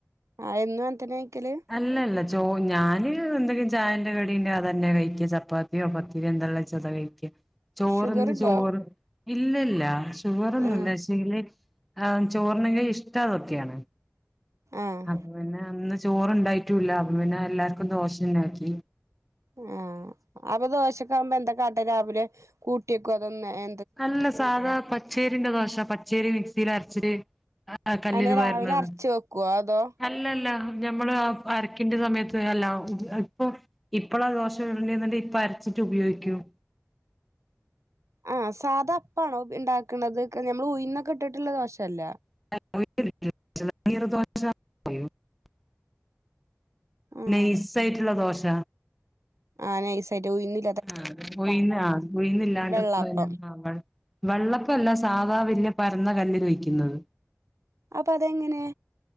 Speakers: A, on the right; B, in the centre.
A: ആഹാ എന്നും എന്താനെകഴിക്കല്
B: അല്ലല്ല ചോ ഞാന് എന്തെങ്കിലും ചായന്റെ കടീണ്ടേ അതന്നെ കഴിക്കു ചപ്പാത്തിയോ പത്തിരിയോ എന്താ ഒള്ളേന്ന് വെച്ച അതാ കഴി ക്ക് ചോറൊന്ന്
A: ഷുഗറുണ്ടോ
B: ചോറ് ഇല്ലല്ല ഷുഗറൊന്നും
A: ആഹ്
B: ഇല്ല ച്ച് റ്റില്ലേറ്റ് ആ ചോറുണ്ണെങ്കി ഇഷ്ടം അതൊക്കെയാണ്
A: ആഹ്
B: അത് പിന്നെ അന്ന് ചോറുണ്ടായിട്ടും ഇല്ല അപ്പോ പിന്നെ എല്ലാർക്കും ദോഷ ഇണ്ടാക്കി
A: ആഹാ അപ്പ ദോശക്കാവുമ്പ എന്താകാട്ടുവ രാവിലെ കൂട്ടിവെക്ക്വ അതൊന്നെ ഏ
B: അല്ല സാധാ പച്ചേരിന്റെ ദോശ പച്ചേരി മിക്സില് അരച്ചിട് ആഹ കല്ലില്
A: അയിന് രാവിലെ
B: പകരുന്നത്
A: അരച്ച് വെക്കുവോ അതോ
B: അല്ലല്ല ഞമ്മള് ആ അരക്കിന്റെ സമയത്ത് ഹല്ലാവും <unintelligible> ഇപ്പം ഇപ്പളാ ദോശ ചുടന്റേന്നന്റ ഇപ്പ അരച്ചിട്ട് ഉപയോഗിക്കും
A: ആഹാ സാധാ അപ്പാണോ ഉപ് ഇണ്ടാക്കണത് ക്ക് ഞമ്മള് ഊയിന്നൊക്കെ ഇട്ടിട്ടുള്ള ദോശ അല്ല
B: <unintelligible>
A: ആഹ്
B: നൈസ് ആയിട്ടുള്ള ദോശ
A: ആഹാ നൈസ് ആയിട്ട് ഊയിന്ന്
B: ആഹാ ഉഴിന്നാ ഊയിന്നില്ലാണ്ട്
A: വെള്ളാപ്പം
B: പോയി നിന്ന് അവൾ വെള്ളപ്പല്ല സാധാ വെല്യ പരന്ന കല്ലില് വെക്കുന്നത്
A: അപ്പ അതെങ്ങനെ